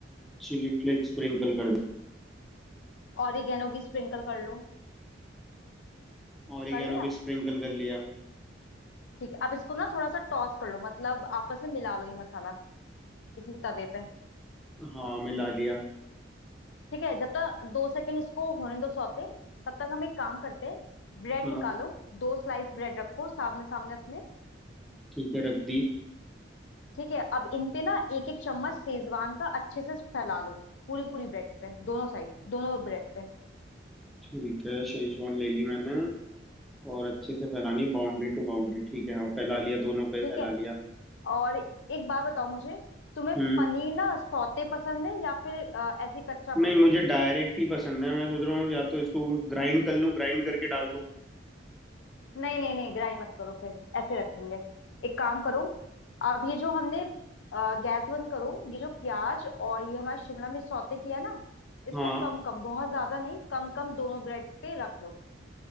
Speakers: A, in the centre; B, on the left.
A: चिली फ्लेक्स स्प्रिंकल कर
B: ऑरिगेनो भी स्प्रिंकल कर लो
A: दिया ऑरिगेनो
B: कर लिया
A: भी स्प्रिंकल कर लिया
B: ठीक है अब इसको ना थोड़ा सा टॉस कर लो मतलब आपस में मिला लो ये मसाला इसी तवे पे
A: हाँ मिला लिया
B: ठीक है जब तक दो सेकंड इसको होने दो सौते तब तक हम एक काम करते हैं ब्रेड
A: हाँ
B: निकालो दो स्लाइस ब्रेड रखो सामने सामने अपने
A: ठीक है रख दी
B: ठीक है अब इन पे ना एक एक चम्मच सेजवान का अच्छे से फैला लो पूरी पूरी ब्रेड पे दोनों साइड दोनों ब्रेड पे
A: ठीक है शेजवान ले ली मैंने और अच्छे से फैलानी है बाउंड्री टू बाउंड्री ठीक है हाँ फैला लिया दोनों पे
B: ठीक
A: फैला
B: है
A: लिया
B: और एक बार बताओ मुझे तुम्हें
A: हम्म
B: पनीर ना सौते पसंद है या फिर अ, ऐसे ही कच्चा
A: नहीं
B: पसंद
A: मुझे
B: है
A: डायरेक्ट ही पसंद है मैं सोच रहा हूँ या तो इसको ग्राइंड कर लूँ ग्राइंड करके डाल दूँ
B: नहीं नहीं नहीं ग्राइंड मत करो फिर ऐसे रखेंगे एक काम करो अब ये जो हमने गैस बंद करो ये जो प्याज और ये हमारा शिमला मिर्च सौते किया ना इसको
A: हाँ
B: कम कम बहुत ज्यादा नहीं कम कम दोनों ब्रेड पे रख लो